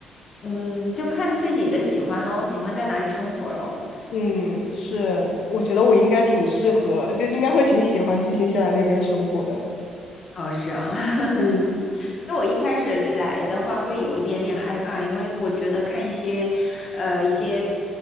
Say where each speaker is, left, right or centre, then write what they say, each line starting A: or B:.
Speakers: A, on the left (about 45°); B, on the left (about 70°).
A: 嗯，就看自己的喜欢喽，喜欢在哪里生活喽。
B: 嗯，是，我觉得我应该挺适合，就应该会挺喜欢去新西兰那边生活的。
A: 哦，是啊。<laughs>
B: 嗯，
A: 因为我一开始来的话会有一点点害怕，因为我觉得看一些，呃，一些